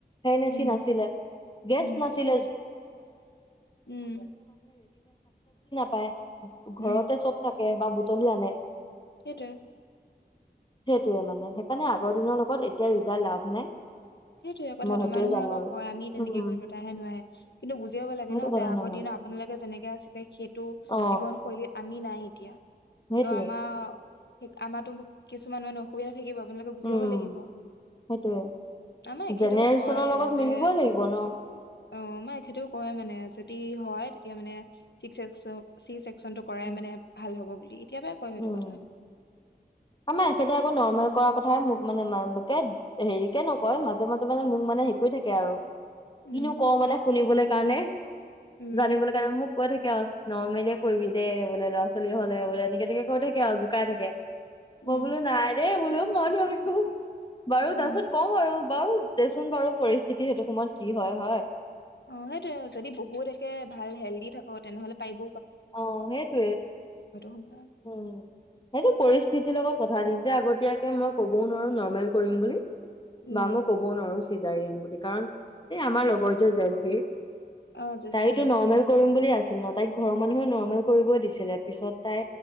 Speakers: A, on the left; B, on the left.
A: ফেন
B: উম,
A: এচি নাছিলে। গেছ
B: উম,
A: নাছি-
B: উম,
A: পাই
B: উম,
A: ঘৰতে চব থাকে বা বুটলি আনে
B: সেইটোৱে
A: সেইটোয়ে মানে সেইকাৰণে আগৰ দিনৰ লগত এতিয়া ৰিজাই লাভ নাই।
B: সেইটোৱে কথাটো।
A: মই সেইটোয়ে
B: মানুহে
A: জানো
B: আকৌ
A: আৰু
B: কয় আমি তেনেকে
A: উম
B: কৰিলো, তাইহে নোৱাহে। কিন্তু বুজি পাব লাগে
A: সেইটো
B: ন
A: কথা
B: যে আগৰ
A: নহয়
B: দিনত আপোনালোকে যেনেকে আছিলে সেইটো
A: অ
B: জীৱনশৈলীত আমি নাই। এতিয়া
A: সেইটোয়ে
B: ত আমাৰ আমাৰটো কিছুমানে নুশুৱে। থাকিব। আপোনালোকে বুজি
A: উম
B: পাব লাগিব।
A: সেইটোয়ে
B: আমাৰ এখেতেও
A: জেনেৰেশ্যনৰ
B: কয়
A: লগত
B: যে
A: মিলিবই লাগিব ন
B: অ আমাৰ এখেতেও কয় মানে যে যদি হয় তেতিয়া মানে চি চেকচেক চ, চি চেকচনটো কৰাই
A: উম
B: মানে ভাল হ'ব বুলি। এতিয়াৰ পৰাই কয় সেইটো
A: উম
B: কথা
A: আমাৰ এখেতেআকৌ নৰমাৰি কৰাৰ কথাইে মোক মানে মকে হেৰিকে নকয় মাজে মাজে মানে মোক মানে হেৰি কৰি থাকে আৰু
B: উম
A: কিনো কও মানে শুনিবলৈ কাৰণে
B: উম
A: জানিবলৈ কাৰণে মোক কৈ থাকে আ নৰ্মেল কৰিবি দেই বোলে ল'ৰা ছোৱালী হলে বোলে এনেক তেনে কে কৈ থাকে আৰু শুকাই থাকে
B: উম
A: মই বোলো নাই দেই বোলো মই নোৱাৰো বাৰু
B: উম
A: তাৰ পিছত কওঁ আৰু বাৰু দেচোন বাৰু পৰিস্থিতি সেইটো সময়ত কি হয় হয়।
B: অ সেইটোয়ে যদি বহুত একে ভাল হেল্ডি থাকো তেনেহলে পাৰিব।
A: অ সেইটোৱে
B: সময়ত
A: উম সেইটো পৰিস্থি টিতিৰ লগত কথা দিম যে আগতয়াকে মই ক'বও নোৱাৰো নৰ্মেল কৰিম বুলি
B: উম
A: বা মই ক'বও নোৱাৰো জাৰম বুলি কাৰণ এই আমাৰ লগৰ যে জেচ বিৰ
B: অ জেচবিৰ
A: তাইটো
B: অ
A: নৰ্মেল কৰিম বুলি আছিল ন তাইক ঘৰ মানুহে নৰৰ্মেল কৰিব দিছিলে পিছত তাই